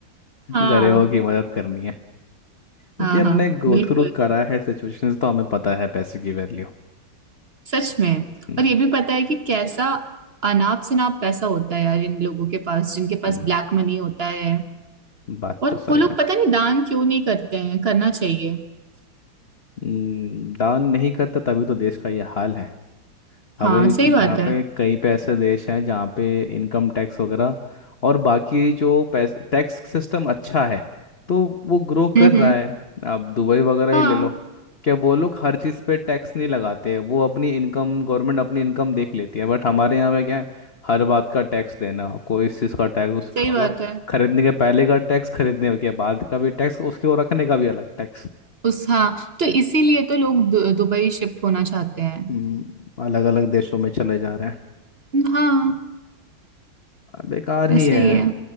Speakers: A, on the right; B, on the left.
A: हाँ
B: गरीबों की मदद करनी है क्योंकि
A: हाँ
B: हमने
A: हाँ
B: गो
A: बिल्कुल
B: थ्रू करा है सिचुएशंस तो हमें पता है पैसे की वैल्यू
A: सच में
B: हम्म,
A: और ये भी पता है कि कैसा अनाप शनाप पैसा होता है यार इन लोगों के पास जिनके पास
B: हम्म,
A: ब्लैक मनी होता है
B: बात
A: और
B: तो सही
A: वो लोग
B: है
A: पता नहीं दान क्यों नहीं करते हैं करना चाहिए
B: हम्म, दान नहीं करता तभी तो देश का ये हाल है अब
A: हाँ
B: एक
A: सही बात
B: जहाँ
A: है
B: पे कई पे ऐसे देश हैं जहाँ पे इनकम टैक्स वगैरह और बाकी जो पैसे टैक्स सिस्टम अच्छा है तो वो ग्रो
A: हम्म
B: कर रहा
A: हम्म
B: है आप दुबई वगैरह ही
A: हाँ
B: ले लो क्या वो लोग हर चीज़ पे टैक्स नहीं लगाते हैं वो अपनी इनकम गवर्नमेंट अपनी इनकम देख लेती है बट हमारे यहाँ पे क्या है हर बात का टैक्स देना कोई इस चीज़ का टैक्स उस
A: सही
B: मतलब
A: बात है
B: खरीदने के पहले का टैक्स खरीदने के बाद का भी टैक्स उसके वो रखने का भी अलग टैक्स
A: उस हाँ तो इसीलिए तो लोग दु, दुबई शिफ्ट होना चाहते हैं
B: हम्म अलग अलग देशों में चले जा रहे हैं
A: हाँ
B: बेकार ही
A: ऐसा
B: है
A: ही है